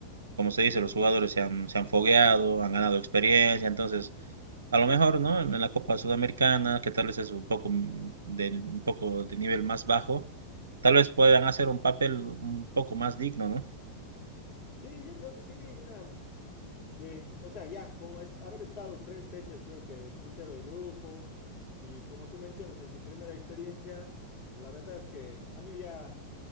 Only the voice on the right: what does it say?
como se dice, los jugadores se han, se han fogueado, han ganado experiencia, entonces a lo mejor, ¿no? En la Copa Sudamericana, que tal vez es un poco mm, de, un poco de nivel más bajo, tal vez puedan hacer un papel un poco más digno, ¿no?